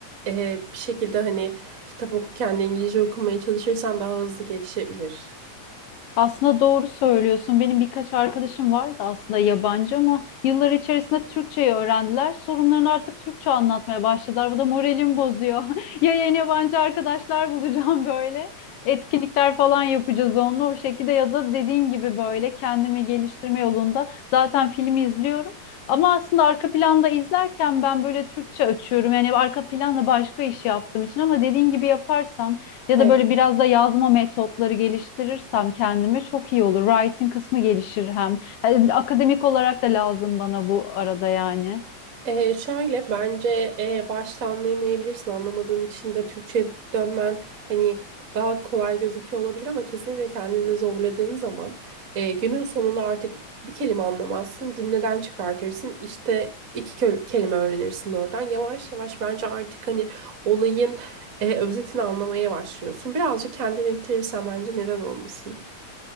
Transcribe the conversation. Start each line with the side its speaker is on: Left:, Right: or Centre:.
Right: e, bir şekilde hani kitap okurken de İngilizce okumaya çalışırsan daha hızlı gelişebilir.
Left: Aslında doğru söylüyorsun. Benim birkaç arkadaşım vardı aslında yabancı ama yıllar içerisinde Türkçeyi öğrendiler. Sorunlarını artık Türkçe anlatmaya başladılar. Bu da moralimi bozuyor. <laughs> Ya yeni yabancı arkadaşlar bulacağım böyle. Etkinlikler falan yapacağız onunla o şekilde ya da dediğin gibi böyle kendimi geliştirme yolunda zaten filmi izliyorum. Ama aslında arka planda izlerken ben böyle Türkçe açıyorum. Yani arka planda başka iş yaptığım için ama dediğin gibi yaparsam ya
Right: <laughs>
Left: da böyle
Right: <laughs>
Left: biraz da yazma metotları geliştirirsem kendime çok iyi olur. Writing kısmı gelişir hem. Yani akademik olarak da lazım bana bu arada yani.
Right: Ee, şöyle bence e, başta anlayamayabilirsin. Anlamadığın için de Türkçe'ye dönmen hani daha kolay gözüküyor olabilir ama kesinlikle kendini zorladığın zaman e, günün sonunda artık bir kelime anlamazsın. Cümleden çıkartırsın. İşte iki kö- kelime öğrenirsin oradan. Yavaş yavaş bence artık hani olayın e, özetini anlamaya başlıyorsun. Birazcık kendini ittirirsen bence neden olmasın.